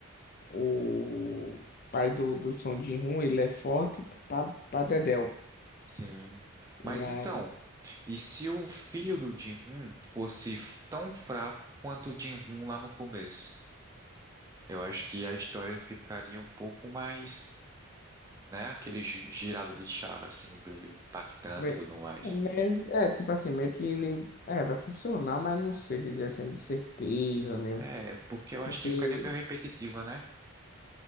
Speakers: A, on the left (about 45°); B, on the right (about 15°).
A: o pai do, do Son jin ele é forte pra, pra dedéu.
B: Sim. Mas
A: E aí
B: então, e se o filho do Jin-hoon fosse tão fraco quanto o Jin-hoon lá no começo? Eu acho que a história ficaria um pouco mais, né, aquele gi- girada de chave assim, meio impactante
A: Me-
B: e tudo mais.
A: Meio, é, tipo assim, meio que ele é, vai funcionar, mas não sei dizer assim de certeza mesmo.
B: É, porque eu
A: Porque,
B: acho que ficaria meio repetitiva, né?